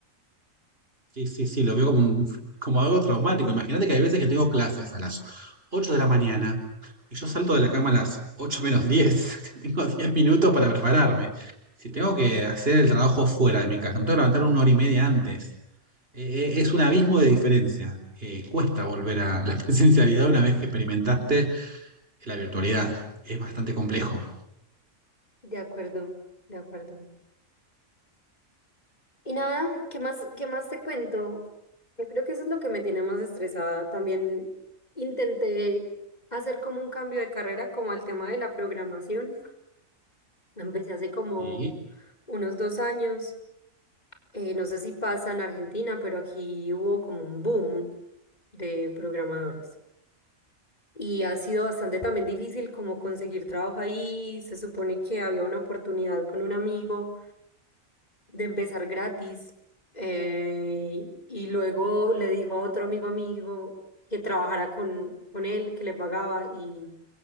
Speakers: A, on the right (about 45°); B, on the left (about 30°).
A: Sí, sí, sí, lo veo como, un- como algo traumático. Imagínate que hay veces que tengo clases a las 8 de la mañana y yo salto de la cama a las ocho menos diez, <laughs> Tengo 10 minutos para prepararme. Si tengo que hacer el trabajo fuera de mi casa, me tengo que levantar una hora y media antes. Eh, eh, es un abismo de diferencia. Eh, cuesta volver a la <laughs> presencialidad una vez que experimentaste la virtualidad. Es bastante complejo.
B: De acuerdo, de acuerdo. Y nada, ¿qué más, qué más te cuento? Yo creo que eso es lo que me tiene más estresada. También intenté hacer como un cambio de carrera, como al tema de la programación. Empecé hace como
A: Y
B: unos dos años. Eh, no sé si pasa en Argentina, pero aquí hubo como un boom de programadores. Y ha sido bastante también difícil como conseguir trabajo ahí. Se supone que había una oportunidad con un amigo de empezar gratis. eh, y luego le dijo a otro amigo amigo que trabajara con, con él, que le pagaba y